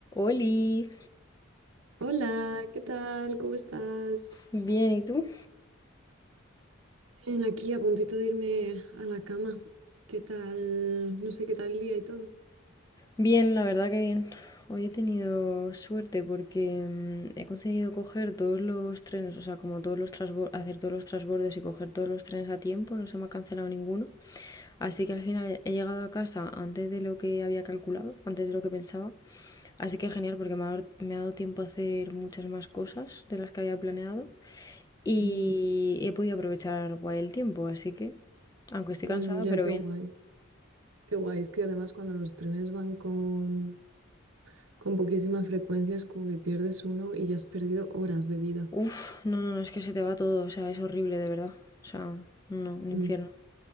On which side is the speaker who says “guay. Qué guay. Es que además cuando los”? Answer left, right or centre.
Right